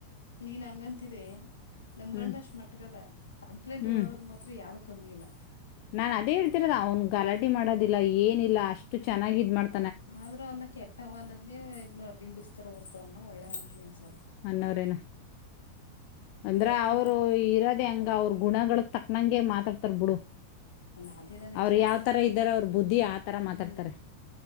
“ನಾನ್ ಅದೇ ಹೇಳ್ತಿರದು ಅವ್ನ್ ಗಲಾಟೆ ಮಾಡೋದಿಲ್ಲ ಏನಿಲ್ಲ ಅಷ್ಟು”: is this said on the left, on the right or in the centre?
Left